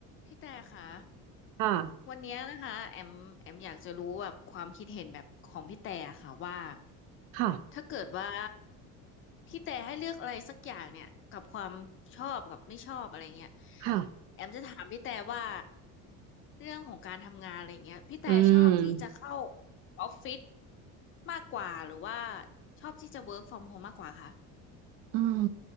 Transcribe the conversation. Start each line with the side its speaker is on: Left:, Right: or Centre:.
Left: พี่แต่ค่ะ
Right: ค่ะ
Left: วันเนี้ยนะคะแอมแอมอยากจะรู้แบบความคิดเห็นแบบของพี่แต่ค่ะว่า
Right: ค่ะ
Left: ถ้าเกิดว่าพี่แต่ให้เลือกอะไรสักอย่างเนี่ยกับความชอบกับไม่ชอบอะไรเงี้ย
Right: ค่ะ
Left: แอมจะถามพี่แต่ว่าเรื่องของการทำงานอะไรเงี้ยพี่แต่ชอบที่จะเข้า
Right: อืม
Left: ออฟฟิศมากกว่าหรือว่าชอบที่จะ work from home มากกว่าคะ
Right: อืม